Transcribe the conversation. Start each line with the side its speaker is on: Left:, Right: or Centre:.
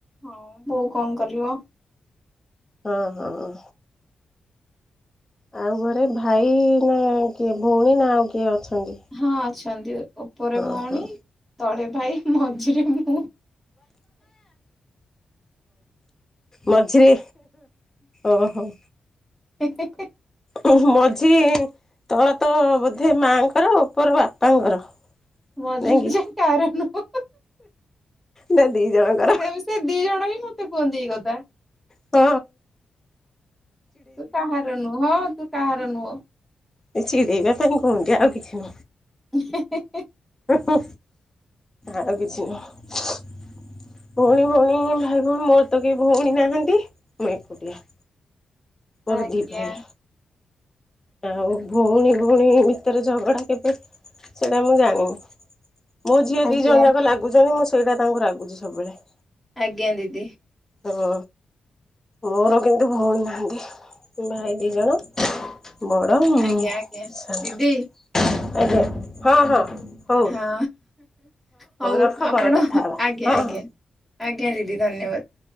Centre: ହୋଉ ବୋଉ କଣ କରିବ।
Left: ହଁ ହଁ। ଆଉ ଘରେ ଭାଇ ନା କିଏ ଭଉଣୀ ନା ଆଉ କିଏ ଅଛନ୍ତି?
Centre: ହଁ ଅଛନ୍ତି ଉପରେ
Left: ହଁ
Centre: ଭଉଣୀ
Left: ହଁ
Centre: ତଳେ ଭାଇ ମଝିରେ ମୁଁ।
Left: ମଝିରେ ଓହୋ।
Centre: ହେଁ ହେଁ।
Left: ହୁଁ ମଝି ତଳ ତ ବୋଧେ ମାଆଙ୍କର ଉପର ବାପାଙ୍କର।
Centre: ମଝିମଝା
Left: ନାଇଁ କି
Centre: କାର ନୁହଁ।
Left: ନା ଦି ଜଣଙ୍କର
Centre: ସେ ସେ ଦି ଜଣ ହିଁ ମତେ କୁହନ୍ତି ଏଇ କଥା।
Left: ତ
Centre: ତୁ କାହାର ନୁହଁ ହଁ ତୁ କାହାର ନୁହଁ।
Left: <unintelligible> ନ୍ତି କୋଉଠି ଆଉ କିଛି
Centre: ହଁ ହଁ ହଁ।
Left: ହୁଁ ଆଉ କିଛି ନୁହଁ। ଭଉଣୀ ଭଉଣୀ ଭାଇ ଭଉଣୀ ମୋର ତ କେହି ଭଉଣୀ ନାହାନ୍ତି ମୁଁ ଏକୁଟିଆ। ମୋର
Centre: ଆଜ୍ଞା
Left: ଦି ଭାଇ। ଆଉ ଭଉଣୀ ଭଉଣୀ ଭିତରେ ଝଗଡ଼ା କେବେ ସେଇଟା ମୁଁ ଜାଣିନି। ମୋ ଝିଅ
Centre: ଆଜ୍ଞା
Left: ଦି ଜଣ ଯାକ ଲାଗୁଛନ୍ତି ମୁଁ ସେଇଟା ତାଙ୍କୁ ରାଗୁଛି ସବୁବେଳେ।
Centre: ଆଜ୍ଞା ଦିଦି।
Left: ଓ ମୋର କିନ୍ତୁ ଭଉଣୀ ନାହାନ୍ତି। ଭାଇ ଦି ଜଣ। ବଡ଼ ମୁଁ
Centre: ଆଜ୍ଞା ଆଜ୍ଞା
Left: ସାନ।
Centre: ଦିଦି
Left: ଆଜ୍ଞା ହଁ ହଁ ହଉ।
Centre: ହ ହଉ
Left: ରଖ
Centre: ଆପଣ
Left: ପରେ କଥା ହବା
Centre: ଆଜ୍ଞା
Left: ହଁ
Centre: ଆଜ୍ଞା
Left: ହଁ।
Centre: ଆଜ୍ଞା ଦିଦି ଧନ୍ୟବାଦ।